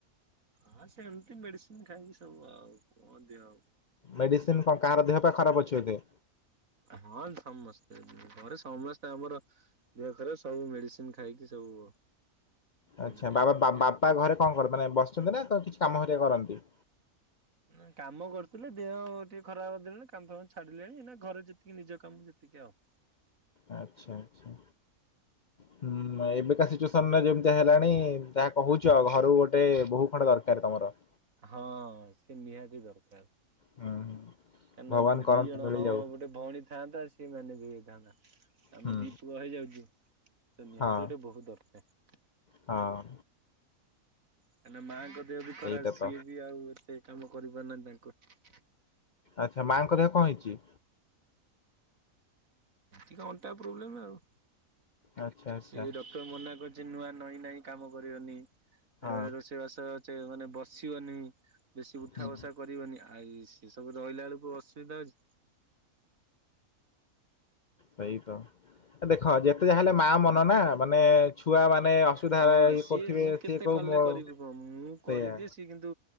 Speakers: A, on the right; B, on the left.
A: ହଁ ସେମିତି ମେଡିସିନ ଖାଇକି ସବୁ ଆଉ କଣ ଦେହ
B: ମେଡିସିନ କଣ କାହାର ଦେହ ପାଇଁ ଖରାପ ଅଛି ବୋଧେ
A: ହଁ ସମସ୍ତେ ଘରେ ସମସ୍ତେ ଆମର ଦେହଖରାପ ସବୁ ମେଡିସିନ ଖାଇକି ସବୁ
B: ଆଚ୍ଛା
A: ଏମିତି
B: ବାବା
A: ଆଉ।
B: ବାପା ଘରେ କଣ କରନ୍ତି ମାନେ ବସିଛନ୍ତି ନା କଣ କିଛି କାମ ହେରିକା କରନ୍ତି।
A: ନା କାମ କରୁଥିଲେ ଦେହ ଟିକେ ଖରାପ ଦେଲେଣି କାମ ଫାମ ଛାଡିଲେଣି ନା ଘରେ ଯେତିକି ନିଜ କାମ ଯେତିକି ଆଉ।
B: ଆଚ୍ଛା ଆଛା ହୁଁ ଏବେକାଶ ଯେମିତି ହେଲାଣି ଯାହା କହୁଛ ଆଉ ଘରୁ ଗୋଟେ ବହୁ ଖଣ୍ଡ ଦରକାର ତମର।
A: ହଁ ସେ ନିହାତି ଦରକାର।
B: ହୁଁ
A: କାହିଁ
B: ଭଗବାନ
A: ନା
B: କରନ୍ତୁ
A: ଦି ଜଣ
B: ମିଳିଯାଉ
A: ହଉ ଆଉ ଗୋଟେ ଭଉଣୀ। ଥାନ୍ତା ସିଏ ମାନେ ବି ହେଇଥାନ୍ତା ଆମେ
B: ହୁଁ
A: ଦି ପୁଅ ହେଇଯାଉଛୁ। ତ ନିହାତି
B: ହଁ
A: ଗୋଟେ ବହୁତ ଦରକାର।
B: ହଁ।
A: କାଁ ନା ମାଙ୍କ ଦେହ ବି ଖରା
B: ସେଇଟା
A: ସିଏ
B: ତ
A: ବି ଆଉ ଏତେ କାମ କରିପାରୁନାହାହିନ୍ତି ତାଙ୍କୁ।
B: ଆଚ୍ଛା ମାଆଙ୍କ ଦେହ କଣ ହେଇଛି।
A: ଏ ଅଣ୍ଟା ପ୍ରବ୍ଲେ ଆଉ
B: ଆଚ୍ଛା ଆଚ୍ଛା
A: ସେ ଡକ୍ଟର ମନା କରି ଯେ ନୂଆ ନଈ ନହିଁ କାମ କରିବନି
B: ହଁ
A: ଏ ରୋଷେଇବାସ ମାନେ ବସିବନି ବେଶୀ ଉଠା
B: ହୁଁ
A: ବସା। କରିବନି ଆଇ ସେ ସବୁ ରହିଲା ବେଳକୁ ଅସୁବିଧା ଅଛି।
B: ସେଇତ ଦେଖ ଯେତେ ଯାହା ହେଲେ ମା ମନ ନା ମାନେ ଛୁଆ ମାନେ ଅସୁବିଧା
A: ହଁ
B: ଇଏ
A: ସିଏ
B: କରୁଥିବେ
A: ମୁଁ କେତେ
B: ସିଏ କହୁ
A: କଲେ
B: ମୋ ସେଇୟା।
A: କରିବି କହ ମୁଁ କରିଦିଏ କିନ୍ତୁ